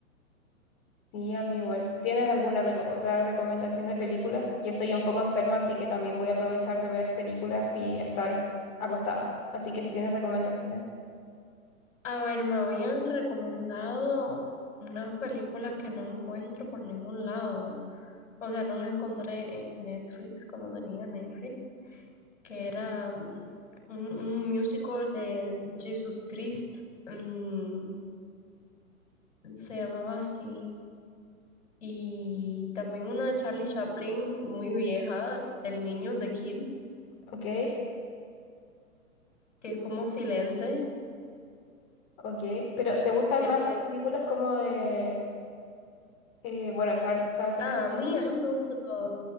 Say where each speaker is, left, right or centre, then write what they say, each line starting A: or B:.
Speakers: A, on the left (about 35°); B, on the left (about 55°).
A: sí, a mí igual. ¿Tienes alguna reco- otra recomendación de películas? Yo estoy un poco enferma, así que también voy a aprovechar de ver películas y estar acostada. Así que si tienes recomendaciones,
B: A ver, me habían recomendado unas películas que no encuentro por ningún lado. O sea, no las encontré en Netflix cuando tenía Netflix, que era mm, un, un musical de Jesus Christ. mm, se llamaba así. Y también una de Charlie Chaplin, muy vieja, El niño, de Kid,
A: ok,
B: que es como silente.
A: ok. Pero ¿te gustan
B: quería
A: más las películas como de, eh, bueno, Char- Chaplin?
B: ah, a mí, a mí me gusta todo.